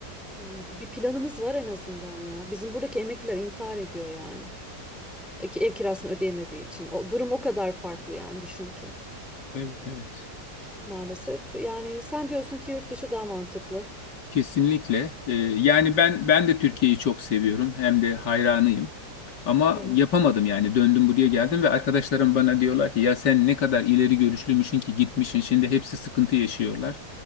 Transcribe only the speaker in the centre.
Hmm, Bir planınız var en azından ya. Bizim buradaki emekliler intihar ediyor yani. E, ki Ev kirasını ödeyemediği için. O durum o kadar farklı yani düşün ki.
maalesef. Yani sen diyorsun ki yurt dışı daha mantıklı.
Evet.